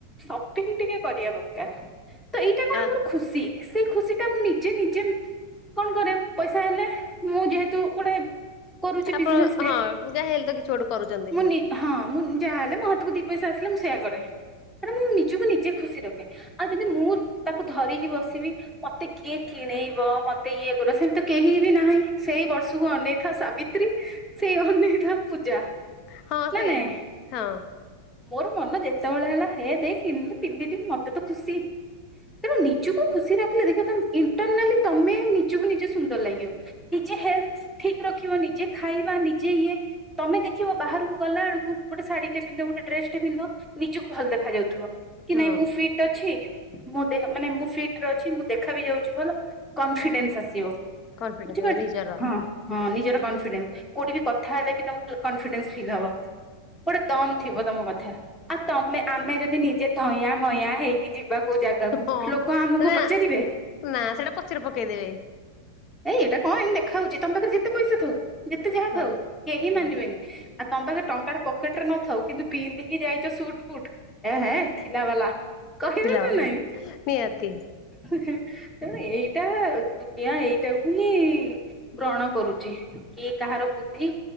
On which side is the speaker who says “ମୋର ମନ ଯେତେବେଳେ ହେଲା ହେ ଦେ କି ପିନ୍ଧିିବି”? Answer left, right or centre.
Centre